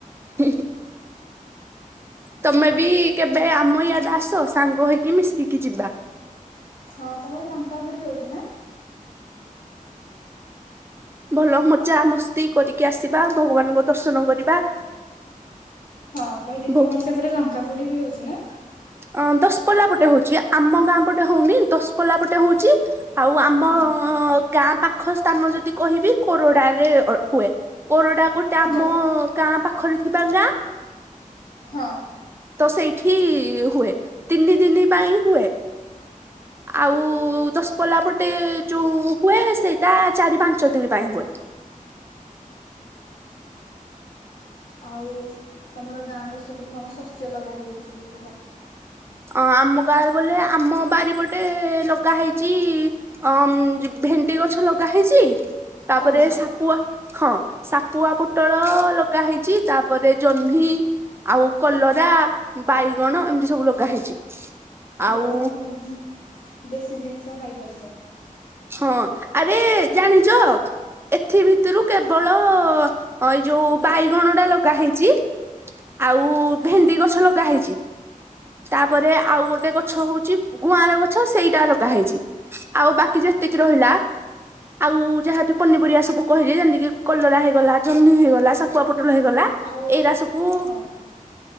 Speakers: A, on the right; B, on the left.
A: ହୁଁ ହୁଁ। ତମେ ବି କେବେ ଆମ ଇଆଡେ ଆସ ସାଙ୍ଗ ହେଇକି ମିଶିକି ଯିବା।
B: ହଁ ତମ ହେଠି ଲଙ୍କା ପୁଡି ହଉଚି ନା।
A: ଭଲ ମଜା ମସ୍ତି କରିକି ଆସିବା ଭଗବାନଙ୍କ ଦର୍ଶନ କରିବା।
B: ହଁ ମୁଁ କହିଲି
A: ଭଗବାନ
B: ତମର ସେପଟେ ଲଙ୍କା ପୁଡି ବି ହଉଚି ନା।
A: ଆଁ ଦଶପଲା ପଟେ ହଉଚି ଆମ ଗାଁ ପଟେ ହଉନି ଦଶପଲା ପଟେ ହଉଚି। ଆଉ ଆମ
B: ହୁଁ
A: ଗାଁ ପାଖ ସ୍ଥାନ ଯଦି କହିବି କୋରଡାରେ ଅ ହୁଏ। କୋରଡା ଗୋଟେ ଆମ
B: ଜ
A: ଗାଁ ପାଖରେ ଥିବା ଗାଁ।
B: ହଁ।
A: ତ ସେଇଠି ହୁଏ ତିନି ଦିନ ପାଇଁ ହୁଏ। ଆଉ ଦଶପଲା ପଟେ ଯୋଉ ହୁଏ ସେଇଟା ଚାରି ପାଞ୍ଚ ଦିନ ପାଇଁ ହୁଏ।
B: ଆଉ ତମର ଗାଁରେ ସବୁ କଣ ଶସ୍ୟ ଲଗା ହେଇଛି ସବୁ କୁହ?
A: ଅ ଆମ ଗାଁରେ ବୋଲେ ଆମ ବାରିପଟେ ଲଗା ହେଇଛି ଅଁ ଭେଣ୍ଡି ଗଛ ଲଗା ହେଇଛି ତାପରେ
B: ପରିବା
A: ସାପୁଆ ହଁ ସାପୁଆ ପୋଟଳ ଲଗା ହେଇଛି। ତାପରେ ଜହ୍ନି ଆଉ କଲରା ବାଇଗଣ ଏମିତି ସବୁ ଲଗା ହେଇଛି। ଆଉ
B: ବଢ଼ିଆ ତମେ ଦେଶୀ ଜିନିଷ ଖାଇପାରୁଛ।
A: ହଁ ଆରେ ଜାଣିଛ ଏଥି ଭିତରୁ କେବଳ ଏ ଯୋଉ ବାଇଗଣ ଟା ଲଗା ହେଇଛି। ଆଉ
B: ହଁ।
A: ଭେଣ୍ଡି ଗଛ ଲଗା ହେଇଛି। ତାପରେ ଆଉ ଗୋଟେ ଗଛ ହଉଛି ଗୁଆଁର ଗଛ ସେଇଟା ଲଗା ହେଇଛି ଆଉ ବାକି ଯେତିକି ରହିଲା। ଆଉ ଯାହାବି ପନିପରିବା ସବୁ କହିଲି ଯେମିତି କିି କଲରା ହେଇଗଲା ଜହ୍ନି ହେଇଗଲା ଶପୁଆ ପୋଟଳ ହେଇଗଲା
B: ଆଉ
A: ଏଇ ରାସକୁୁ
B: ହଁ।